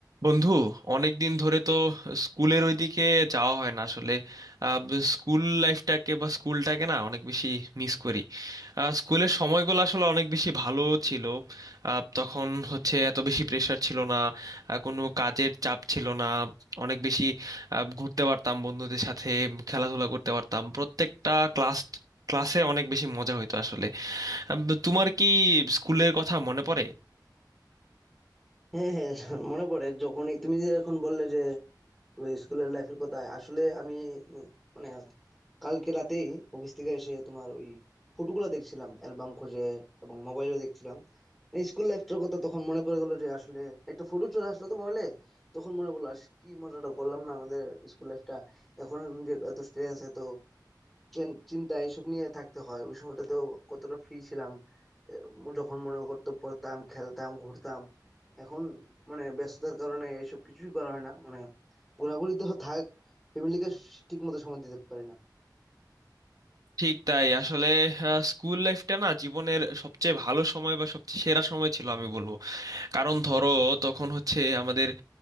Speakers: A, on the right; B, in the centre.
A: বন্ধু অনেক দিন ধরে তো স্কুলের ওইদিকে যাওয়া হয় না আসলে আহ, ব- স্কুল লাইফটাকে বা স্কুলটাকে না অনেক বেশি মিস করি আহ, স্কুলের সময়গুলো আসলে অনেক বেশি ভালো ছিল আহ, তখন হচ্ছে এত বেশি প্রেশার ছিল না আহ, কোনো কাজের চাপ ছিল না অনেক বেশি আহ, ঘুরতে পারতাম বন্ধুদের সাথে উম, খেলাধুলা করতে পারতাম প্রত্যেকটা ক্লাস ক্লাসে অনেক বেশি মজা হইতো আসলে আহ, তোমার কি স্কুলের কথা মনে পড়ে
B: হ্যাঁ, হ্যাঁ, মনে পড়ে যখনই তুমি যে এখন বললে যে ওই স্কুলের লাইফের কথা আসলে আমি উম মানে কালকে রাতেই অফিস থেকে এসে তোমার ওই ফটোগুলো দেখছিলাম অ্যালবাম খুঁজে এবং মোবাইলেও দেখছিলাম এই স্কুল লাইফটার কথা তখন মনে পড়ে গেলো যে আসলে একটা ফটো চলে আসলো তো মোবাইলে তখন মনে পড়লো আস কি মজাটা করলাম না আমাদের স্কুল লাইফটা এখন যে এত স্ট্রেস এত চেন- চিন্তা এইসব নিয়ে থাকতে হয় ওই সময়টাতেও কতটা ফ্রি ছিলাম এ, যখন মনে করতো পড়তাম খেলতাম ঘুরতাম এখন মানে ব্যস্ততার কারণে এসব কিছুই করা হয় না মানে ঘোরাঘুরি তো থাক ফ্যামিলিকে ঠিক মতো সময় দিতে পারি না
A: ঠিক তাই আসলে আহ, স্কুল লাইফটা না জীবনের সবচেয়ে ভালো সময় বা সবচেয়ে সেরা সময় ছিল আমি বলবো কারণ ধরো তখন হচ্ছে আমাদের